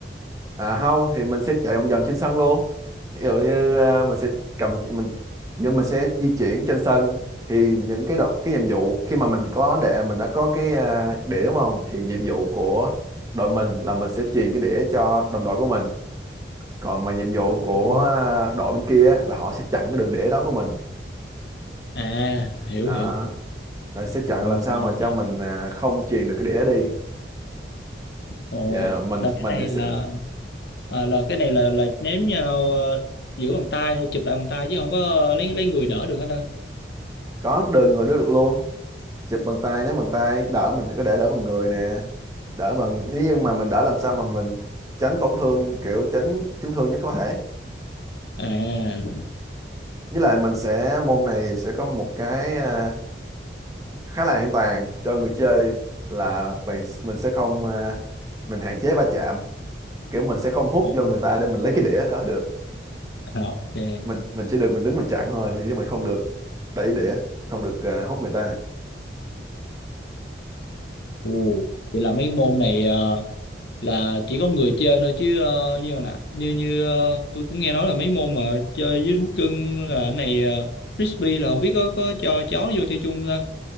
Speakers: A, on the right; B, on the left.
A: À không thì mình sẽ chạy vòng vòng trên sân luôn. Ví dụ như à, mình sẽ cầm mình nhưng mình sẽ di chuyển trên sân thì những cái đọc cái nhiệm vụ khi mà mình có đĩa mình đã có cái à, đĩa đúng không? Thì nhiệm vụ của đội mình là mình sẽ truyền cái đĩa cho đồng đội của mình còn mà nhiệm vụ của
B: Ừ.
A: à, đội bên kia á, là họ sẽ chặn cái đường đĩa đó của mình
B: À, hiểu
A: đó
B: hiểu.
A: họ sẽ
B: Ồ,
A: chặn làm sao
B: ra là
A: mà cho
B: vậy.
A: mình à, không truyền được cái đĩa đi
B: Ồ,
A: Dạ, mình
B: là
A: mình
B: cái này
A: thì sẽ
B: là à, là cái này là là ném nhau ờ, giữa bàn tay thôi, chụp lại bàn tay chứ không có ờ, lấy lấy người đỡ được hết ta?
A: có đơn người đó được luôn chụp bằng tay nếu bằng
B: Ồ.
A: tay đỡ mình thì có thể đỡ bằng người nè đỡ bằng nhưng mà mình đỡ làm sao mà mình tránh tổn thương kiểu tránh chấn thương nhất có thể
B: À,
A: với lại mình sẽ môn này thì sẽ có một cái à, khá là an toàn cho người chơi là mình, mình sẽ không à, mình hạn chế va chạm kiểu mình sẽ không hút
B: ồ,
A: vô người ta để mình lấy cái đĩa đó được
B: à, ok. uh
A: mình mình chỉ được mình đứng mình chặn thôi chứ mình không được đẩy đĩa không được ờ, hút người ta
B: Ồ, vậy là mấy môn này ờ, là chỉ có người chơi thôi chứ ờ, như nè như như ờ, tôi cũng nghe nói là mấy môn mà chơi với thú cưng là cái này ờ, frisbee là không biết có có cho chó vô chơi chung không ta